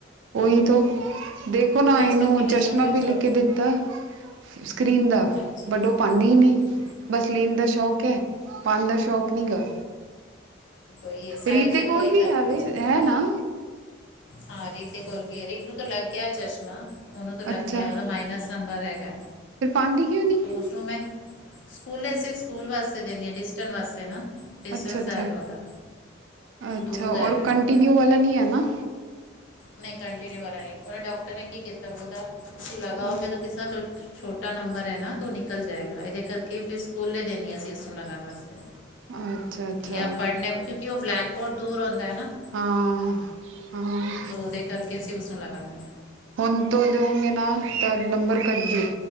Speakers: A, on the right; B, on the left.
A: ਉਹੀ ਤੇ ਦੇਖ <inaudible>
B: ਅੱਜ
A: ਨੂੰ
B: ਕੱਲ੍ਹ ਕਿੰਨੇ
A: ਚਸ਼ਮਾ
B: ਛੋਟੇ
A: ਵੀ
B: ਛੋਟੇ
A: ਲੈ ਕੇ ਦਿੱਤਾ ਸਕਰੀਨ ਦਾ
B: ਹਾਂਜੀ।
A: ਬਟ ਉਹ ਪਾਂਦੀ ਨਹੀਂ
B: ਹੂੰ
A: ਬਸ ਲੇਣ ਦਾ ਸ਼ੌਂਕ ਹੈ ਪਾਣ ਦਾ ਸ਼ੌਕ ਨਹੀਂ ਹੈਗਾ।
B: ਉਹੀ ਹੈ ਸਾਰੀ
A: ਰੀਤ
B: ਜਗ੍ਹਾ
A: ਦੇ ਕੋਲ
B: ਉਹੀ
A: ਵੀ
B: ਗੱਲ
A: ਹੈਵੇ
B: ਬੱਚਿਆਂ ਨੂੰ
A: ਹੈ ਨਾ।
B: ਹਾਂ ਰੀਤ ਦੇ ਕੋਲ ਵੀ ਹੈ ਰੀਤ ਨੂੰ ਤਾਂ ਲੱਗ ਗਿਆ ਚਸ਼ਮਾਂ ਉਹਨੂੰ ਤਾਂ ਲੱਗ
A: ਅੱਛਾ
B: ਗਿਆ
A: ਫਿਰ
B: ਉਹਦਾ ਮਾਈਨਸ ਨੰਬਰ ਹੈਗਾ
A: ਪਾਉਂਦੀ ਕਿਉਂ ਨਹੀਂ
B: ਉਸ ਓ ਮੈਂ ਸਕੂਲੇ ਸਿਰਫ ਸਕੂਲ ਵਾਸਤੇ ਦਿੰਦੀ ਹ ਡਿਸਟਨ ਵਾਸਤੇ ਨਾ ਡਿਸਟੈਂਸ
A: ਅੱਛਾ ਅੱਛਾ
B: ਆਏਗਾ ਉਹਦਾ
A: ਅੱਛਾ
B: ਦੂਰ ਦਾ
A: ਔਰ
B: ਹੈਗਾ
A: ਕੰਟੀਿਨਿਊ
B: ਉਹਦਾ
A: ਵਾਲਾ ਨਹੀਂ ਹੈ ਨਾ।
B: ਨਹੀਂ ਕੰਟੀਨਿਊ ਵਾਲਾ ਨਹੀਂ ਉਹਨੇ ਡਾਕਟਰ ਨੇ ਕੀ ਕੀਤਾ ਉਹ ਬੋਲਦਾ ਤੁਸੀਂ ਲਗਾ
A: ਹਾਂ
B: ਹੋਗੇ ਤਾਂ ਕਿਸਾਂ ਤੋਂ ਛੋਟਾ ਨੰਬਰ ਹੈ ਨਾ ਤੋ ਉਹ ਨਿਕਲ ਜਾਏਗਾ ਇਹਦੇ ਕਰਕੇ ਫਿਰ ਸਕੂਲੇ ਦਿੰਦੀ ਅਸੀਂ ਉਸਨੂੰ ਲਗਾਉਣ ਵਾਸਤੇ
A: ਹਾਂ ਅੱਛਾ ਅੱਛਾ
B: ਜਾਂ ਪੜ੍ਹਨ ਕਿਉਕਿ ਉਹ ਬਲੈਕ ਬੋਰਡ ਦੂਰ ਹੁੰਦਾ ਹੈ ਨਾ।
A: ਹਾਂ-ਹਾਂ
B: ਤੇ ਉਹਦੇ ਕਰਕੇ ਅਸੀਂ ਉਸਨੂੰ ਲਗਾਂਦੇ ਆ।
A: ਹੁਣ ਤੋਂ ਦੇਊਂਗੇ ਨਾ ਤਾਂ ਨੰਬਰ ਕੱਟ ਜਓ